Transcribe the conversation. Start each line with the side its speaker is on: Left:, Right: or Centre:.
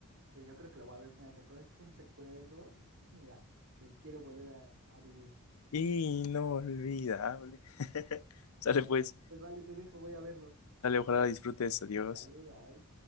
Right: Pues yo creo que lo voy a ver. Me recuerda- Es un recuerdo. Mira, que quiero volver a, a vivir.
Left: Inolvidable. <laughs> Sale pues,
Right: Pues vale, te dejo, voy a verlo.
Left: sale, ojalá disfrutes, adiós.
Right: Dale, bye.